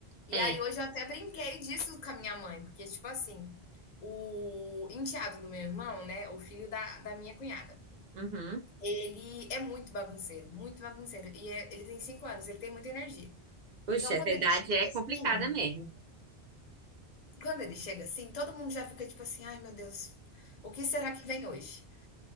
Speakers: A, on the left; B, on the right.
A: E
B: é,
A: aí hoje eu até brinquei disso com a minha mãe, porque, tipo assim, o enteado do meu irmão, né, o filho da da minha cunhada,
B: uhum.
A: ele é muito bagunceiro, muito bagunceiro, e é ele tem 5 anos, ele tem muita energia.
B: Puxa,
A: Então
B: essa
A: quando
B: idade
A: ele chega
B: é
A: assim
B: complicada mesmo.
A: quando ele chega assim, todo mundo já fica tipo assim: "Ai meu Deus, o que será que vem hoje?".